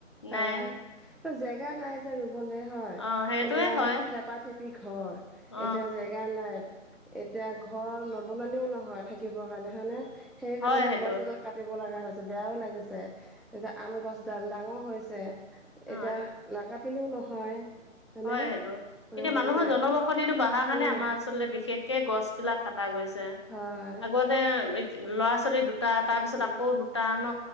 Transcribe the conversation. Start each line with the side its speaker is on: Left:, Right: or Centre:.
Centre: হয়
Left: নাই
Centre: এই জেগা নাই যে ৰুবলে হয়
Left: অ সেইটোৱে
Centre: এতিয়া
Left: হয়
Centre: থেপাত থিপি ঘৰ
Left: অ
Centre: এতিয়া যে গেয়া নাই এতিয়া ঘৰ নবননিিও নহয় থাকিবৰ কাৰণে হানে সেইকাৰণে
Left: হয়
Centre: এ
Left: সেইটো
Centre: গছ কডাল কাটিব লগা হৈছে বেয়াও লাগিছে এতিয়া আম গছ ডাঙৰ হৈছে
Left: অ
Centre: এতিয়া নাকাটিলেও নহয় হয়নে
Left: হয় সেইটো
Centre: কাটিব
Left: এতিয়া
Centre: লাগিছিলে
Left: মানুহৰ জনবসতিটো বঢ়াৰ কাৰণে
Centre: উম
Left: আমাৰ আচলতে বিশেষ কেে গছ বিলাক কটা গৈছে
Centre: হয়
Left: আগত <inaudible> ল'ৰা ছোৱালী দুটা তাৰ পিছত
Centre: উম
Left: আকৌ দুটা ন